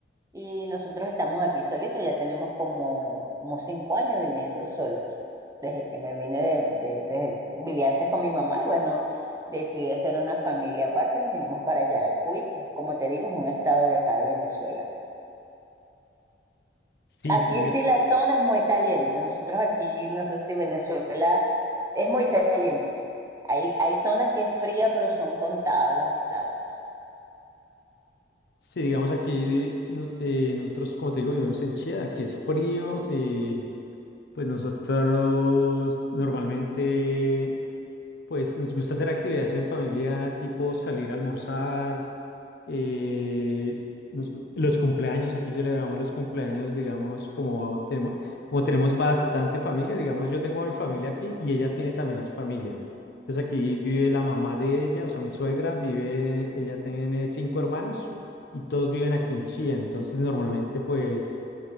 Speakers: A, on the right (about 20°); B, on the left (about 60°).
A: Y nosotros estamos aquí solitos, ya tenemos como, como cinco años viviendo solos. Desde que me vine de, de, de- viví antes con mi mamá y bueno, decidí hacer una familia aparte y nos vinimos para Yaracuy, que como te digo, es un estado de acá de Venezuela.
B: Sí,
A: Aquí
B: pues
A: sí la zona es muy caliente. Nosotros aquí, no sé si Venezuela es muy caliente. Hay, hay zonas que es fría, pero son contados los estados.
B: Sí, digamos aquí no- eh, nosotros, como te digo, vivimos en Chía, aquí es frío, eh, pues nosotros normalmente, pues nos gusta hacer actividades en familia, tipo salir a almorzar, eh, nos gu- los cumpleaños, aquí celebramos los cumpleaños, digamos, como tenemos, como tenemos bastante familia, digamos, yo tengo a mi familia aquí y ella tiene también a su familia. Entonces aquí vive la mamá de ella, o sea, mi suegra, vive, ella tiene cinco hermanos y todos viven aquí en Chía. Entonces normalmente pues